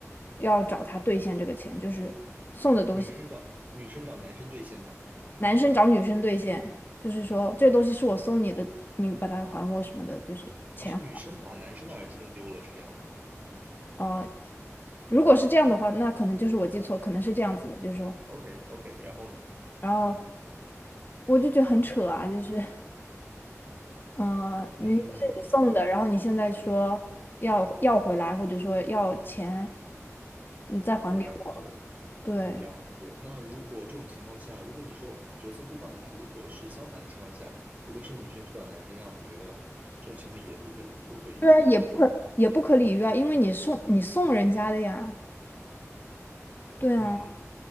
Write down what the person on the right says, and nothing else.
女生找女生找男生兑现吗？
哦，是女生把男生的耳机弄丢了，是这样吗
？OK OK，然后呢？
嗯嗯，
我了解
了解。那如果这种情况下，如果你说角色互换一下，如果是相反的情况下，如果是女生去找男生要，你觉得这种情况也不可理，不可以，
不太好理？
嗯，